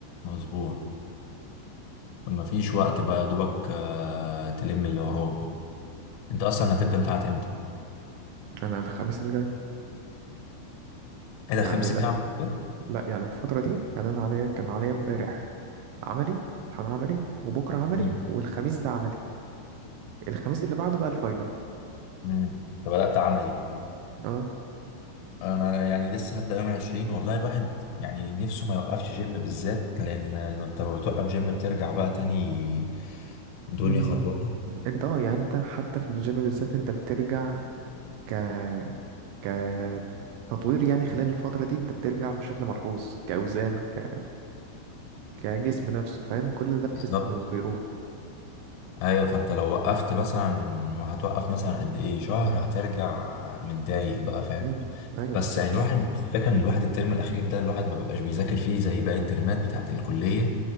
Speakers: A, on the left; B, on the right.
A: أو أسبوع فمفيش وقت بقى يا دوبك آه، تلم اللي وراك بقى أنت أصلا هتبدأ امتحانات إمتى؟
B: أنا الخميس اللي جاي
A: ايه ده خميس
B: يعني لأ
A: الجاي على طول؟
B: لأ يعني الفترة دي يعني أنا عليا كان عليا إمبارح عملي امتحان عملي وبكرة عملي
A: امم
B: والخميس ده عملي الخميس اللي بعده بقى الفاينل
A: امم بدأت عملي يعني
B: اه
A: انا يعني لسه هبدأ يوم 20 والله الواحد يعني نفسه ما يوقفش جيم بالذات لان لو انت بتوقف جيم بترجع بقى تاني دنيا
B: مم،
A: خربانة
B: انت اه يعني انت حتى في الجيم بالذات انت بترجع ك ك تطوير يعني خلال الفترة دي انت بترجع بشكل ملحوظ كأوزان ك... كجسم نفسه فاهم كل ده بتحس
A: بالظبط
B: انه بالظبط بيروح
A: ايوه فانت لو وقفت مثلا وهتوقف مثلا قد ايه شهر هترجع متضايق
B: مم.
A: بقى فاهم
B: مم. ايوه
A: بس
B: بالظبط
A: يعني
B: بس
A: الواحد الفكره ان الواحد الترم الاخير ده الواحد ما بيبقاش بيذاكر فيه زي باقي الترمات بتاعه الكليه